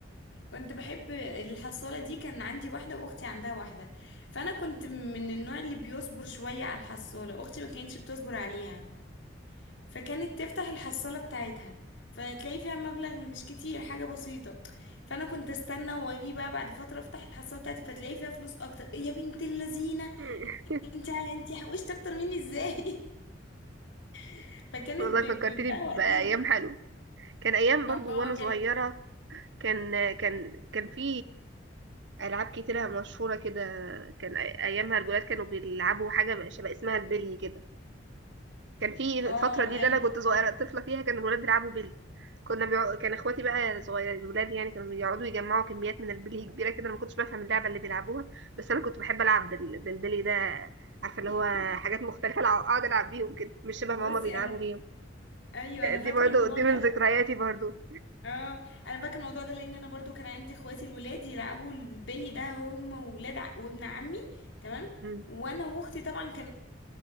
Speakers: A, on the left (about 80°); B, on the right (about 70°).
A: كنت بحب الحصالة دي كان عندي واحدة وأختي عندها واحدة فأنا كنت من النوع اللي بيصبر شوية على الحصالة أختي ما كانتش بتصبر عليها فكانت تفتح الحصالة بتاعتها فتلاقي فيها مبلغ مش كتير حاجة بسيطة فأنا كنت استنى وأجي بقى بعد فترة أفتح الحصالة بتاعتي فتلاقي فيها فلوس أكتر إيه يا بنت اللذينة
B: <laughs>
A: أنت أنت حوشت أكتر مني إزاي <laughs> فكانت
B: والله فكرتني
A: ب... ب... بقى
B: بأيام
A: وقتها
B: حلوة كان أيام
A: اه
B: برضو وأنا صغيرة
A: كانت
B: كان كان كان في ألعاب كتيرة مشهورة كده كان أي- أيامها الولاد كانوا بيلعبوا حاجة شبه اسمها البلي كده كان في الفترة
A: اه
B: دي اللي
A: أيوه
B: أنا كنت
A: عارفاها
B: صغيرة طفلة فيها كان الولاد بيلعبوا بلي كنا بيع... كان اخواتي بقى صغير الولاد يعني كانوا بيقعدوا يجمعوا كميات من البلي كبيرة كده أنا ما كنتش بفهم اللعبة اللي بيلعبوها بس أنا كنت بحب ألعب بال... بالبلي ده عارفة اللي
A: <laughs>
B: هو حاجات مختلفة أقعد ألعب بيهم كده مش شبه
A: بصي
B: ما هما بيلعبوا
A: أنا
B: بيهم
A: ايوه انا فاكره
B: دي برضو
A: الموضوع
B: دي
A: ده
B: من ذكرياتي برضو
A: اه انا فاكره الموضوع ده لان انا برضو كان عندي اخواتي الولاد يلعبوا البلي ده هم وولاد ع... وابن عمي تمام
B: مم.
A: وانا واختي طبعا كانت